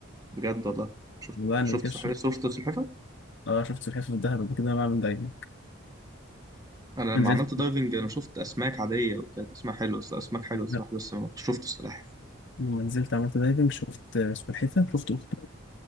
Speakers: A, on the right; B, on the left.
A: بجد والله شفت
B: والله انا
A: شفت
B: قبل كده
A: سلحفاة
B: شفت
A: شفت سلحفاة
B: اه شفت سلحفاة في دهب قبل كده انا بعمل دايفنج
A: أنا لما
B: نزلت
A: عملت دايفنج أنا شفت أسماك عادية وكانت أسماك حلوة بس أسماك حلوة
B: <laughs>
A: الصراحة بس ما شفت السلاحف
B: لما نزلت عملت دايفنج شفت سلحفاة شفت أخت-